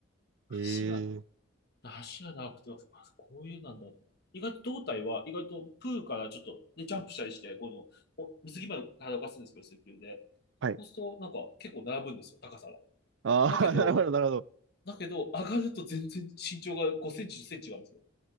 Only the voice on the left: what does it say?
足が
足が長くて、あ、こういうなんだと。意外と胴体は、意外とプールからちょっと、で、ジャンプしたりして、この、お水着まで体を動かすんですけど、水球で。
そうすると、なんか、結構並ぶんですよ、高さは。
だけど、
だけど、上がると全然身長が5センチ、10センチ違うんですよ。